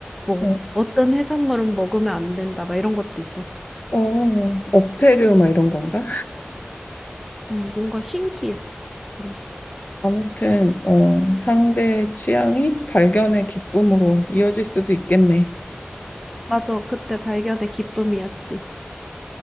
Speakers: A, in the centre; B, on the left.
A: 뭐
B: 어,
A: 어떤 해산물은 먹으면 안 된다 막 이런 것도 있었어.
B: 어, 어패류 막 이런 건가?
A: 음, 뭔가 신기했어. 그래서
B: 아무튼 어, 상대의 취향이 발견의 기쁨으로 이어질 수도 있겠네.
A: 맞아, 그때 발견의 기쁨이었지.